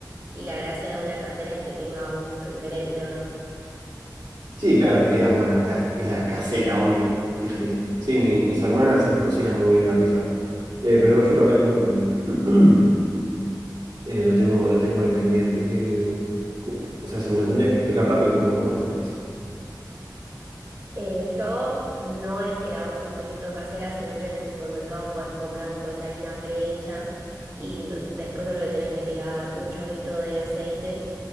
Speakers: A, on the right; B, on the right.
A: Y la gracia de una casera es que tenga un gusto diferente, ¿o no?
B: Sí, claro, que digas, bueno, esta pizza es casera, obvio. Sí, sí, sí. Sí, mi- mis hermanas eh, cocinan muy bien la pizza. Eh, pero no, yo la verdad que nunca aprendí. <clears throat> Eh, lo tengo, lo tengo ahí pendiente. ¿Qué- cu- O sea, si me lo tendrías que explicar rápido, ¿cómo, cómo es la pizza?
A: Eh, yo no es que la hago 100% casera, sino que en el supermercado puedes comprar como esa harina prehecha y d- después solo le tenés que tirar un chorrito de aceite